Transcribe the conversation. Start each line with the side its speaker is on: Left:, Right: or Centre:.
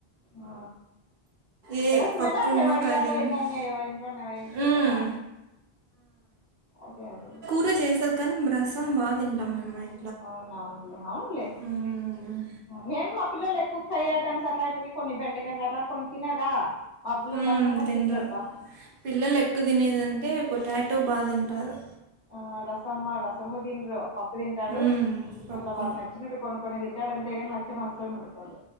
Left: ఆ ఉతరసమైనా
Right: ఏ పప్పున్నా,
Left: అట్లా వడియాలో
Right: కర్రీ ఉన్నా
Left: ఏమన్న ఏవైన వేయించుకుంటే
Right: హ్మ్.
Left: బాగు అదే అదే
Right: ట్ గా చేసావ్ కానీ బ్రసం బా తింటాం మేం మా ఇం
Left: అవునవునులే అవునులే
Right: హ్మ్.
Left: నేను మా పిల్లలు ఎక్కువ్ ఫై ఐటమ్స్ అట్లా ఇవి కొన్ని బెండకావి అలా కొన్ని తినదా మా పిల్లలు
Right: ఊ
Left: రసం గాని
Right: తినరు
Left: తినరబ్బా
Right: పిల్లలు ఎక్కువ తినేదంటే పొటాటో బాగా తింటారు
Left: ఆ రసమ్మ రసమ్మ దిన్రు పప్పు తింటాడు
Right: మ్మ్. పప్పు
Left: అట్లా వాడు నచ్చినట్టు కొనుకునేది టాడు అంతే గాని నచ్చని వస్తువు ముట్టుకోడు